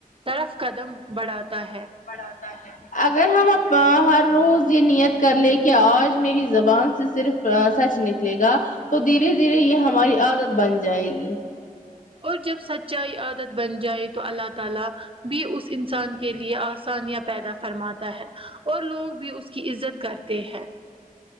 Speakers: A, on the right; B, on the left.
A: طرف قدم بڑھاتا ہے
B: ھاتاہے اگر ہم اب ا ہر روز یہ نیت کر لیں کہ آج میری زبان سے صرف ا سچ نکلے گا تو دھیرے دھیرے یہ ہماری عادت بن جائے گی
A: اور جب سچ چائی عادت بن جائے تو اللہ تعالی بھی اس انسان کے لیے آسانیاں پیدا فرما تا ہے اور لوگ بھی اس کی عزت کرتے ہیں